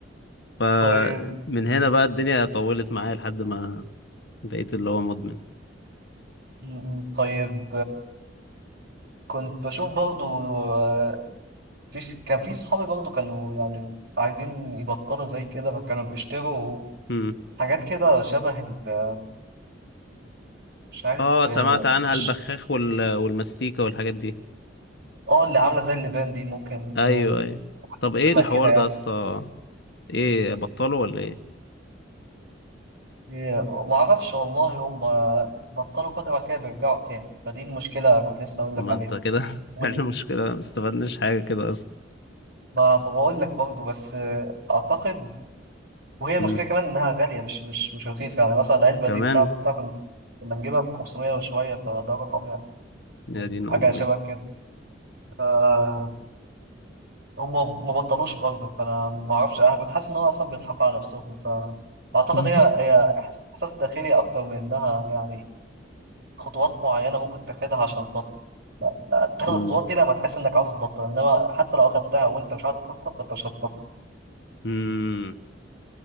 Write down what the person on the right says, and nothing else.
<laughs> طيب م-
م- طيب كنت بشوف برضو آه، في كان في صحابي برضو كانوا يعني عايزين يبطلوا زي كده فكانوا بيشتروا
حاجات كده شبه ال- مش عارف
آه،
مش
اه اللي عاملة زي اللبان دي ممكن
آه،
شبه
كده يعني
آه، معرفش والله هم بطلوا فترة بعد كده بيرجعوا تاني فدي المشكلة كنت لسه أقول
لك
عليها
وال...
ما بقول لك برضو بس آه، أعتقد وهي المشكله
كمان انها غاليه مش مش مش رخيصه يعني مثلا العلبه
دي بتاعت بتاع كنا كنا نجيبها ب 500 وشويه فده رقم يعني
حاجه
شبه كده آه، هم ما بطلوش برضه فانا ما اعرفش انا كنت حاسس ان هو اصلا بيضحكوا على نفسهم فاعتقد
هي هي احساس داخلي اكتر من انها يعني خطوات معينه ممكن تاخدها عشان تبطل لا لا تاخد
الخطوات دي لما تحس انك عايز تبطل انما حتى لو اخدتها وانت مش عايز تبطل فانت مش هتبطل